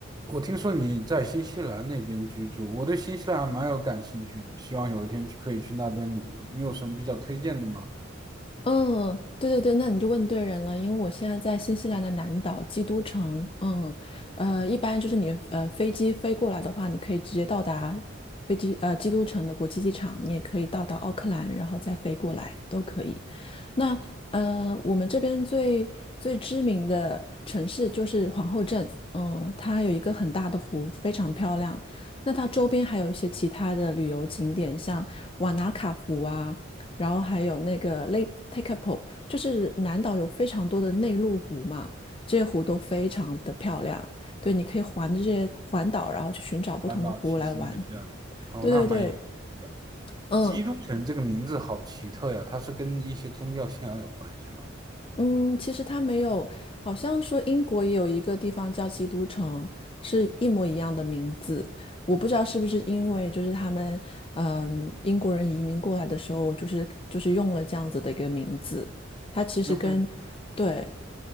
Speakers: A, on the right (about 20°); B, on the left (about 30°).
A: 我听说你在新西兰那边居住，我对新西兰还蛮有感兴趣的，希望有一天去可以去那边旅游。你有什么比较推荐的吗？
B: 嗯，对对对，那你就问对人了，因为我现在在新西兰的南岛基督城，嗯，呃，一般就是你呃飞机飞过来的话，你可以直接到达飞机呃基督城的国际机场，你也可以到达奥克兰，然后再飞过来都可以。那呃，我们这边最最知名的城市就是皇后镇，嗯，它有一个很大的湖，非常漂亮。那它周边还有一些其他的旅游景点，像瓦纳卡湖啊。然后还有那个 Lake Tekapo，就是南岛有非常多的内陆湖嘛，这些湖都非常的漂亮。对，你可以环着这些环岛，然后去寻找不同的湖来玩。
A: 搬到骑行这些的。哦，
B: 对对对，
A: 那蛮有意思的。
B: 嗯
A: 基督城这个名字好奇特呀，它是跟一些宗教信仰有关系吗
B: 嗯，其实它没有，好像说英国也有一个地方叫基督城，是一模一样的名字。我不知道是不是因为就是他们，嗯，英国人移民过来的时候，就是就是用了这样子的一个名字。它其实跟对
A: ？OK，